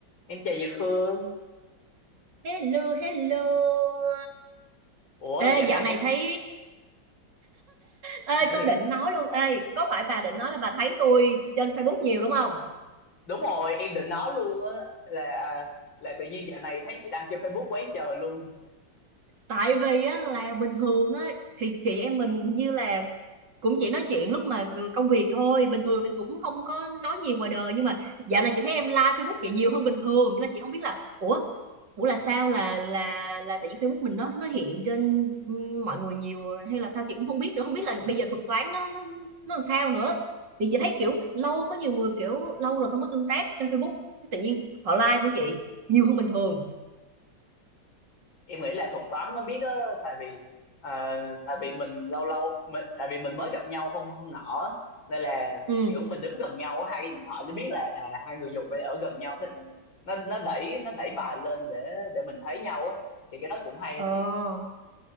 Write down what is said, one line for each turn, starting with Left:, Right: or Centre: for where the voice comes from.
Left: Em chào chị Phương.
Right: Hello, hello.
Left: Ủa
Right: Ê,
Left: dạo
Right: dạo
Left: này
Right: này
Left: không
Right: thấy... Ê,
Left: <laughs>
Right: tôi định nói luôn. Ê, có phải bà định nói là bà thấy tôi trên Facebook nhiều đúng không?
Left: Đúng rồi, em định nói luôn á là à, là tự nhiên dạo này thấy chị đăng trên Facebook quá trời luôn.
Right: Tại vì á, là bình thường á, thì chị em mình như là cũng chỉ nói chuyện lúc mà công việc thôi bình thường thì cũng không có nói nhiều ngoài đời nhưng mà dạo này chị thấy em like Facebook chị nhiều hơn bình thường cho nên chị không biết là ủa ủa là sao là là là tại vì Facebook mình nó nó hiện trên ừ, mọi người nhiều hay là sao chị cũng không biết nữa không biết là bây giờ thuật toán nó nó nó làm sao nữa thì chị thấy kiểu lâu có nhiều người kiểu lâu rồi không có tương tác trên Facebook tự nhiên họ like của chị nhiều hơn bình thường
Left: Em nghĩ là thuật toán nó biết á tại vì à, tại vì mình lâu lâu mình, tại vì mình mới gặp nhau hôm hôm nọ á. nên là
Right: ừ
Left: kiểu mình đứng gần nhau á, hai cái điện thoại nó biết là à, hai người dùng phải ở gần nhau thế nên nó nó đẩy nó đẩy bài lên để để mình thấy nhau á thì cái đó cũng hay
Right: Ờ.
Left: hả